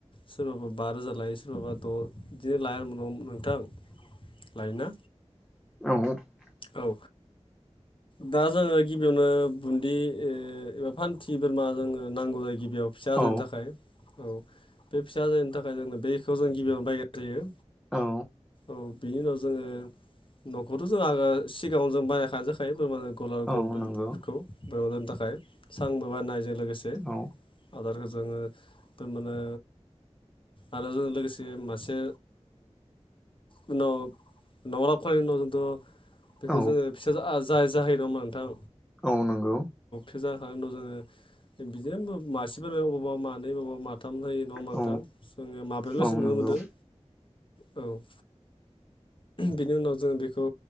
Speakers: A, on the left; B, in the centre.
A: सोरबाबा बा रोजा लायो सोरबाबा द बिदिनो लाय उनाव नोंथां लायोना।
B: <unintelligible>
A: औ। दा जोङो गिबियावनो बुन्दि एबा फान्थि बोरमा जोंङो नांगौ जायो गि गिबियाव फिसा
B: औ
A: आजायनि थाखाय औ बे फिसा आजायनि थाखाय जोंङो बेखौ जों गिबियावनो बायगनाय जायो।
B: औ।
A: औ बिनि उनाव जोङो न'खौथ जों आ सिगाङावनो जों बानाय खानाय जाखायो बोरमा गलार
B: औ
A: गन्दखौ
B: नंगौ
A: बे दोनो थाखाय सांबो बानायनायजों लोगोसे
B: औ
A: आदारखौ ओ जोङो थारमाने आरो जोंजों लोगोसे मासे उनाव न' लाबखांनायनि उनाव जोंथ बेखौ
B: औ
A: जोङो फिसा जाय जाहोयो नङामा नोंथां?
B: औ नंगौ।
A: जाखां उनाव जोङो बिदिनो मासेफोर अबावबा मानै बबेबा माथो साथाम होयो नङाा नोंथां
B: औ
A: जोङो माब्रैब्लासो
B: औ
A: नुनो
B: नंगौ
A: मोनदों औ। बेनि उनाव जों बेखौ